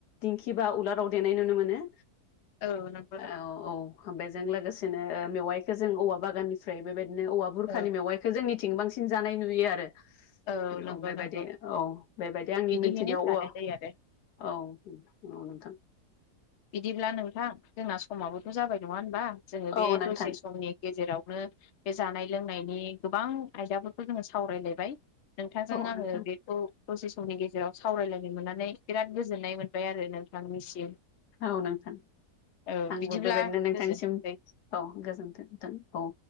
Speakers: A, on the left; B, on the left.
A: दिंखि बा उलाराव देनाय नुनो मोनो।
B: औ नोंगौ
A: औ
B: नोंथां।
A: बेजों लोगोसेनो ओ मेवाइखो जों औवा बागाननिफ्राय बेबायदिनो औवा बुरखानि
B: औ
A: मेवाइखो जोंनिथिं बांस सिन जानाय नुयो आरो।
B: <inaudible> नंगौ
A: औ बेबायदि
B: नंगौ
A: औ बेबायदि आंनि
B: बिदिहैनो
A: मोन्थिनायाव
B: जानाय
A: औवा
B: जायो आरो
A: औ औ नोंथां।
B: बिदिब्ला नोंथां जोंना समाबोथ' जाबाय। नङा होनबा? जोङो बे
A: औ नोंथां
B: दसे समनि गेजेरावनो बे जानाय लोंनायनि गोबां आयदाफोरखौ जोङो सावरायलायबाय। नोंथांजों
A: औ
B: आङो
A: नोंथां
B: बेखौ दसे सम'नि गेजेराव सावरायलायनो मोननानै बिराद गोजोननाय मोनबाय आरो नोंथांनिसिम।
A: औ नोंथां
B: औ
A: आंबो
B: बिदिब्ला
A: बेबादनो नोंथांनिसिम
B: गोजोनसै
A: औ गोजोन्थों नोंथां। औ।